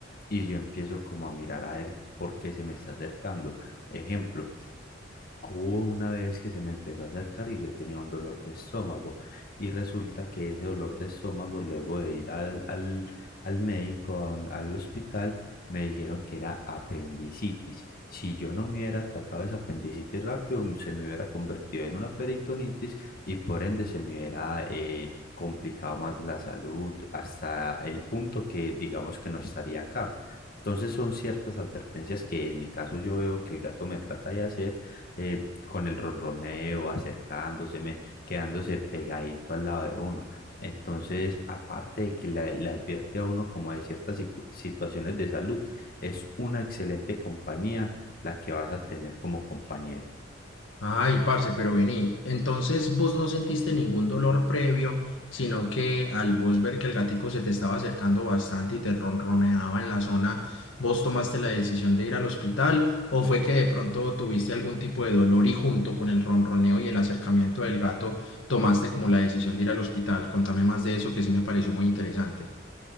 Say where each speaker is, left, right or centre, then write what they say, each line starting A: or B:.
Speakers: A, on the left; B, on the left.
A: y yo empiezo como a mirar a ver por qué se me está acercando. Ejemplo. Hubo una vez que se me empezó a acercar y yo tenía un dolor de estómago y resulta que ese dolor de estómago luego de ir al, al, al médico, a un- al hospital, me dijeron que era apendicitis. Si yo no me hubiera tratado esa apendicitis rápido, se me hubiera convertido en una peritonitis y por ende se me hubiera eh, complicado más la salud hasta el punto que digamos que no estaría acá. Entonces son ciertas advertencias que en mi caso yo veo que el gato me trata de hacer eh, con el ronroneo, acercándoseme, quedándose pegadito al lado de uno. Entonces, aparte de que la- le advierte a uno como de ciertas sicu- situaciones de salud, es una excelente compañía la que vas a tener como compañero.
B: Ay, parce, pero vení. Entonces vos no sentiste ningún dolor previo, sino que al vos ver que el gatico se te estaba acercando bastante y te ronroneaba en la zona, ¿vos tomaste la decisión de ir al hospital o fue que de pronto tuviste algún tipo de dolor y junto con el ronroneo y el acercamiento del gato tomaste como la decisión de ir al hospital? Contame más de eso que sí me pareció muy interesante.